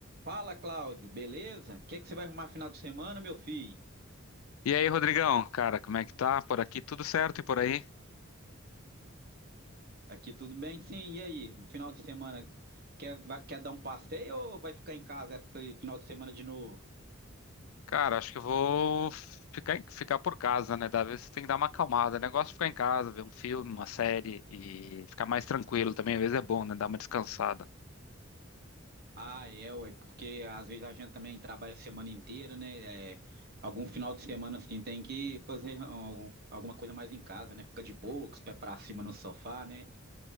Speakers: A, on the right; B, on the left.
A: Fala, Cláudio, beleza? O que que você vai arrumar final de semana, meu filho?
B: E aí, Rodrigão, cara, como é que tá? Por aqui tudo certo e por aí?
A: Aqui tudo bem, sim. E aí, no final de semana, quer, vai- quer dar um passeio ou vai ficar em casa esse final de semana de novo?
B: Cara, acho que eu vou ficar, em- ficar por casa, né? Da vez tem que dar uma acalmada. O negócio é ficar em casa, ver um filme, uma série e ficar mais tranquilo também. Às vezes é bom, né? Dar uma descansada.
A: Ah, é, ué, porque às vezes a gente também trabalha a semana inteira, né? É, algum final de semana, assim, tem que fazer um- alguma coisa mais em casa, né? Fica de boa, com os pés pra cima no sofá, né?